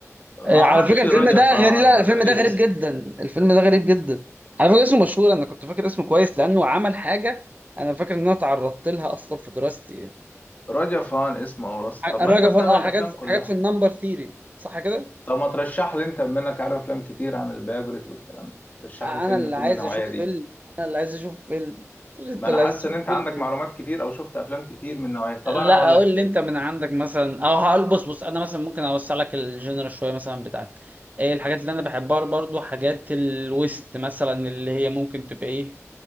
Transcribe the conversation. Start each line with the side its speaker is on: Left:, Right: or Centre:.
Right: آه
Left: ما اعرفش
Right: على فكره الفيلم
Left: رجفان
Right: ده غريب لا
Left: ولا
Right: الفيلم
Left: ليه
Right: ده غريب
Left: اسمه
Right: جدا الفيلم ده غريب جدا على فكره اسمه مشهور انا كنت فاكر اسمه كويس لانه عمل حاجه انا فاكر ان انا تعرضت لها اصلا في دراستي يعني
Left: رجفان اسمه او رص
Right: ح-
Left: طب
Right: الراجل
Left: ما انت متابع
Right: فن- اه
Left: الافلام
Right: حاجات
Left: كلها
Right: حاجات في النمبر ثيري صح كده
Left: طب ما ترشح لي انت بما انك عارف افلام كتير عن البايوجرافي والكلام ده رشح
Right: انا
Left: لي فيلم
Right: اللي
Left: يكون
Right: عايز
Left: من النوعيه
Right: اشوف
Left: دي
Right: فيلم انا اللي عايز اشوف فيلم مش انت
Left: ما
Right: اللي
Left: انا حاسس
Right: عايز تشوف
Left: ان انت
Right: فيلم
Left: عندك
Right: إيه؟
Left: معلومات كتير او شفت افلام كتير من نوعيه طب
Right: لا
Left: انا هقول
Right: اقول
Left: لك فيلم
Right: لي انت من عندك مثلا او هقول بص بص انا مثلا ممكن اوسع لك الجنرال شويه مثلا بتاعتي ايه الحاجات اللي انا بحبها برضو حاجات الويست مثلا اللي هي ممكن تبقى ايه